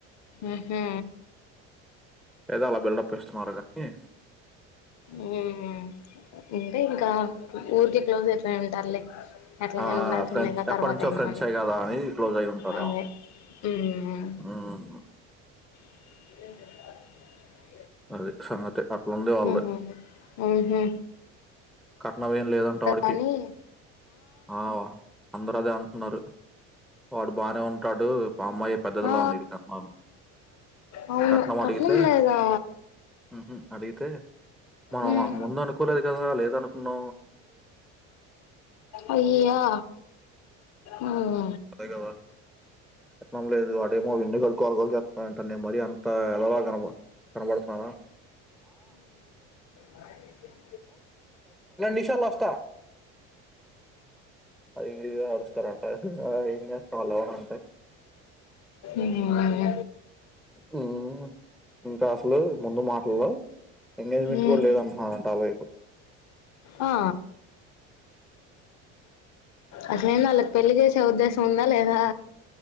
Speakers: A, on the left (about 50°); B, in the centre.
A: ఉహు
B: ఏదో అలా బిల్డప్ ఇస్తున్నాడు గానీ
A: హుమ్ అంటే ఇంకా ఊరకే క్లోజ్ అయిపో ఉంటారులే ఎట్లాగానే
B: ఆ
A: ఉండాల్సిందే
B: ఫ్రెండ్స్
A: గా
B: ఎప్పటి
A: తర్వాత
B: నుంచో
A: అయినా
B: ఫ్రెండ్సే
A: అని
B: కదా అని క్లోజ్ అయి ఉంటారేమో
A: అదే హుమ్
B: ఉమ్.
A: ఏంటత
B: అది సంగతి అట్లుంది వాళ్ళది
A: హుమ్ హు హు
B: కట్నం ఏం లేదంటా వాడికి
A: కానీ
B: ఆ అందరు అదే అంటున్నారు వాడు బానే ఉంటాడు అమ్మాయి పెద్దదిలా
A: ఆ
B: ఉంది అంట
A: అవును
B: కట్నం అడిగితే
A: లేదా
B: ఉహు అడిగితే మనం
A: ఉమ్
B: ముందే అనుకోలేదు కదా లేదను ను
A: అయ్యా ఉమ్
B: అదే కదా కట్నం లేదు వాడేమో వెన్నిలాల్ గోలగోల చెత్తా ఉంటాడు నేను మరి అంత ఎదవా లాగ కనబడతాన
A: అ
B: నిమిషాల్లో వస్తా హిందీ గూడ ఆడిస్తారంటే ఆది మాములుగా ఇన్వెస్ట్ ఫాలో అవ్వాలంటే
A: ఉమ్
B: హుమ్ ఇంకా అసలు ముందు మాటల్లె ఎంగేజ్మెంట్
A: ఉమ్
B: లో కూడా లేదనుకున్నరంట ఆలైతే
A: ఆ అ అట్లైతే ఆలకు పెళ్ళి చేసే ఉద్దేశ్యం ఉందా లేదా